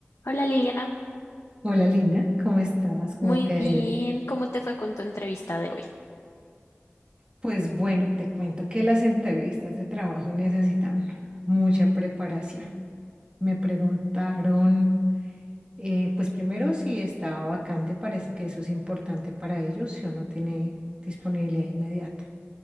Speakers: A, on the left; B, on the right.
A: Hola Liliana,
B: Hola Lina, ¿cómo estás? ¿Cómo
A: muy
B: te
A: bien.
B: ha ido?
A: ¿Cómo te fue con tu entrevista de hoy?
B: Pues bueno, te cuento que las entrevistas de trabajo necesitan mucha preparación. Me preguntaron, eh, pues primero si estaba vacante, parece que eso es importante para ellos, si uno tiene disponibilidad inmediata.